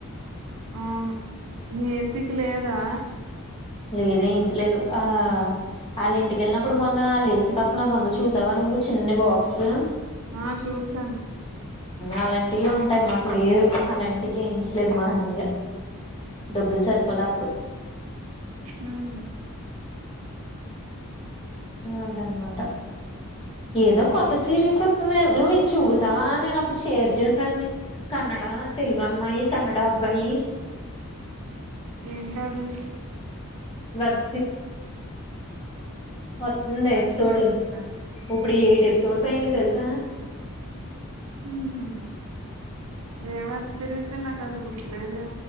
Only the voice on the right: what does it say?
అవును మీ ఏసీకి లేదా
ఆ చూసాను
ఉహు
ఏంటది
వెబ్
సిరీసా
మ్ హ్మ్ ఎం వెబ్ సిరిస్ నాకు అసలు గుర్తులేదె